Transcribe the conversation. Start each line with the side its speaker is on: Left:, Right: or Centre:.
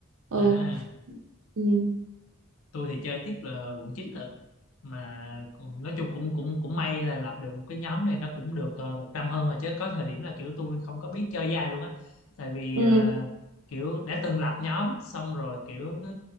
Right: ừ
Left: à
Right: ừ,
Left: tôi thì chơi tiếp là quận 9 lận mà cũng- nói chung cũng cũng cũng may là lập được một cái nhóm này nó cũng được ờ, một năm hơn rồi chứ có thời điểm là kiểu tôi không có biết chơi với ai luôn á tại vì
Right: ừ.
Left: ờ, kiểu đã từng lập nhóm xong rồi kiểu cứ